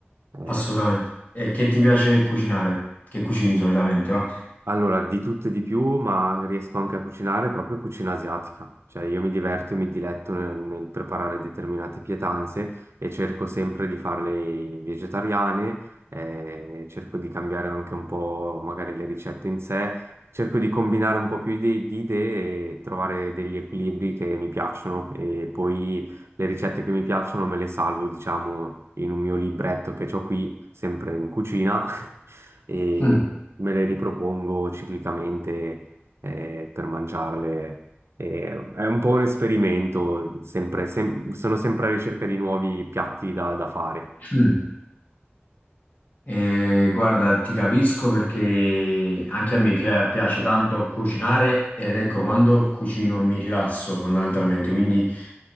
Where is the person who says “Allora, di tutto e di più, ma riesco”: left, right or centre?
Right